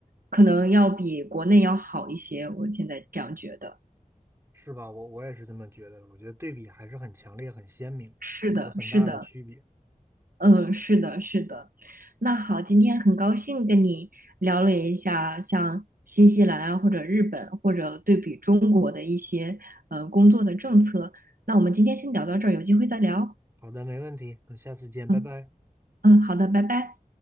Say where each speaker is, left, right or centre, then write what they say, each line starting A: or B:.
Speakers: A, on the right (about 75°); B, on the right (about 15°).
A: 可能要比国内要好一些，我现在这样觉得。
B: 是吧？我我也是这么觉得，我觉得对比还是很强烈、很鲜明的，
A: 是的，
B: 有很大的区别。
A: 是的，嗯，是的，是的。那好，今天很高兴跟你聊了一下像新西兰啊，或者日本，或者对比中国的一些呃工作的政策。那我们今天先聊到这儿，有机会再聊。
B: 好的，没问题，等下次见，拜拜。
A: 嗯嗯，好的，拜拜。